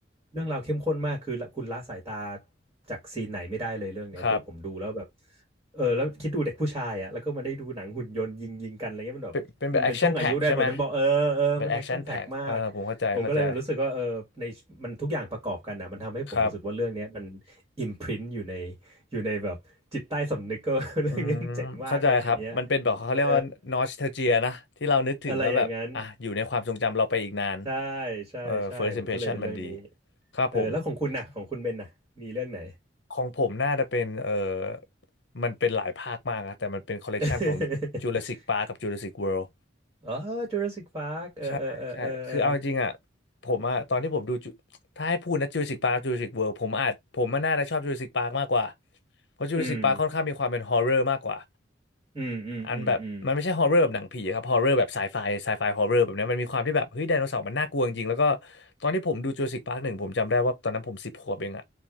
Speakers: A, on the right; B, on the left.
A: เรื่องราวเข้มข้นมากคือคุณละสายตาจากซีนไหนไม่ได้เลยเรื่องเนี้ยคือผมดูแล้วแบบ
B: ครับ
A: เออแล้วคิดดูเด็กผู้ชายอะแล้วก็มาได้ดูหนังหุ่นยนต์ยิงยิงกันอะไรเงี้ยมันแบบมันเป็นช่วงอายุได้วยผมถึงบอกเออเออมันแอคชั่นแพ็คมาก
B: เป็นเป็นแบบแอคชั่นแพ็กใช่ไหมแบบแอคชั่นแพ็กเออผมเข้าใจเข้าใจ
A: ผมก็เลยรู้สึกว่าเออในมันทุกอย่างประกอบกันอะมันทำให้ผมรู้สึกว่าเรื่องเนี้ยมัน
B: ครับ
A: อิมพรินอยู่ใน อยู่ในแบบจิตใต้สำนึกก็ <laughs> เรื่องนี้มันเจ๋งมากอะไรอย่างเงี้ย
B: อืมเข้าใจครับ มันเป็นแบบเขาเรียกว่านอสเทลเจียนะที่เรานึกถึงแล้วแบบอ่ะอยู่ในความทรงจำเราไปอีกนาน
A: เอออะไรอย่างนั้นใช่ใช่ใช่ผมก็เลยเป็นเรื่องนี้
B: เออ first impression มันดี ครับผม
A: เออแล้วของคุณน่ะของคุณเบนน่ะมีเรื่องไหน
B: ของผมน่าจะเป็นเออมันเป็นหลายภาคมากนะแต่มันเป็นคอลเลกชันของ
A: <laughs>
B: Jurassic Park กับ Jurassic World
A: อ๋อ Jurassic Park เออเออเออเออเออ
B: ใช่ใช่คือเอาจริงๆอ่ะผมอ่ะตอนที่ผมดูจุถ้าให้พูดนะ Jurassic Park กับ Jurassic World ผมอาจผมมันน่าจะชอบ Jurassic Park มากกว่าเพราะ Jurassic
A: อืม
B: Park ค่อนข้างมีความเป็นฮอ r ์เรอร์มากกว่า
A: อืมอืมอืมอืม
B: อันแบบมันไม่ใช่ฮอร์เรอร์แบบหนังผีครับฮอร์เรอร์แบบไซไฟไซไฟฮอร์เรอร์แบบเนี้ยมันมีความที่แบบเฮ้ยไดโนเสาร์มันน่ากลัวจริงๆแล้วก็ตอนที่ผมดูจูราสสิคพาร์คหนึ่งผมจำได้ว่าตอนนั้นผมสิบขวบเองอะ